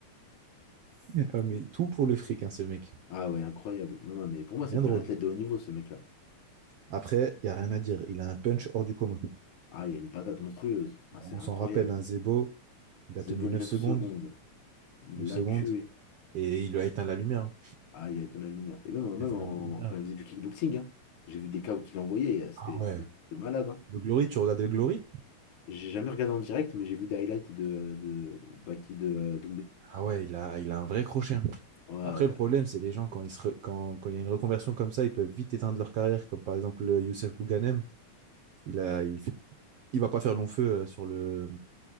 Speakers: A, on the right (about 60°); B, on the left (about 75°).
A: <laughs> Ah, mais tout pour le fric, hein, ce mec.
B: Ah ouais, incroyable. Non, non, mais pour moi,
A: Bien
B: c'est plus
A: drôle.
B: un athlète de haut niveau, ce mec-là.
A: Après, il y a rien à dire. Il a un punch hors du commun.
B: Ah, il a une patate monstrueuse. Ah, c'est
A: On
B: incroyable.
A: s'en rappelle, un Zebo, il
B: Zebo
A: a tenu neuf
B: 9
A: secondes,
B: secondes. Il
A: 9
B: l'a
A: secondes,
B: tué.
A: et il lui a éteint la lumière. hein.
B: Ah, il a éteint la lumière. Et même, même
A: Éteint
B: en-
A: la lumière.
B: quand il faisait du kickboxing, hein, j'ai vu des KO qu'il envoyait. euh, C'était
A: Ah ouais.
B: c'était malade. hein.
A: Le Glory, tu regardais le Glory?
B: J'ai jamais regardé en direct, mais j'ai vu des highlights de, de, Baki- de, euh, Doumbé.
A: Ah ouais, il a, il a un vrai crochet. hein.
B: Ouais,
A: Après,
B: ouais.
A: le problème, c'est les gens, quand, ils se re- quand, quand il y a une reconversion comme ça, ils peuvent vite éteindre leur carrière, comme par exemple euh, Youssef Bouganem. Il a, il fait- il va pas faire long feu euh, sur le,